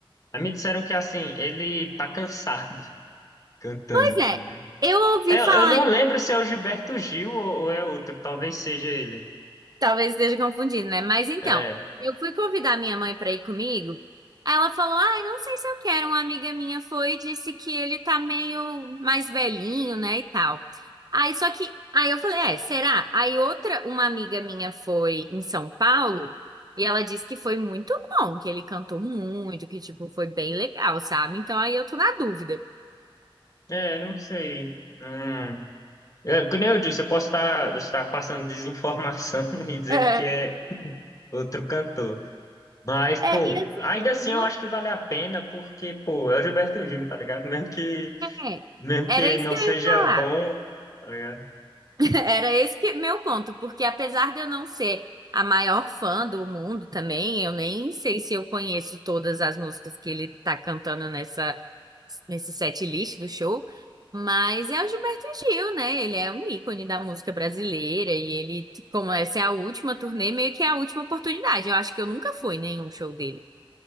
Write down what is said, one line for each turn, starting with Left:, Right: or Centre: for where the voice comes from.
Left: Aí me disseram que assim, ele tá cansado. <laughs> Cantando.
Right: Pois é, eu ouvi
Left: É,
Right: falar
Left: Eu, eu não
Right: em
Left: lembro se é o Gilberto Gil ou, ou é outro, talvez seja ele.
Right: Talvez esteja confundindo, né? Mas então,
Left: É,
Right: eu fui convidar minha mãe para ir comigo. Aí Ela falou: Ah, não sei se eu quero. Uma amiga minha foi e disse que ele tá meio mais velhinho, né? E tal. Aí só que. Aí eu falei: É, será? Aí outra, uma amiga minha foi em São Paulo e ela disse que foi muito bom, que ele cantou muito, que, tipo, foi bem legal, sabe? Então aí eu tô na dúvida.
Left: é, não sei. Hum. É, como eu disse, eu posso estar, estar passando desinformação <laughs> e dizendo
Right: É.
Left: que é outro cantor. Mas, pô,
Right: É, e assim,
Left: ainda assim
Right: não-
Left: eu acho que vale a pena, porque, pô, é o Gilberto Gil, tá ligado? Mesmo que,
Right: é,
Left: mesmo
Right: era
Left: que
Right: isso
Left: não
Right: que eu
Left: seja
Right: ia falar.
Left: bom, tá ligado?
Right: <laughs> Era esse que meu ponto, porque apesar de eu não ser a maior fã do mundo também, eu nem sei se eu conheço todas as músicas que ele tá cantando nessa nesse set list do show, mas é o Gilberto Gil, né? Ele é um ícone da música brasileira e ele, como essa é a última turnê, meio que é a última oportunidade. Eu acho que eu nunca fui em nenhum show dele.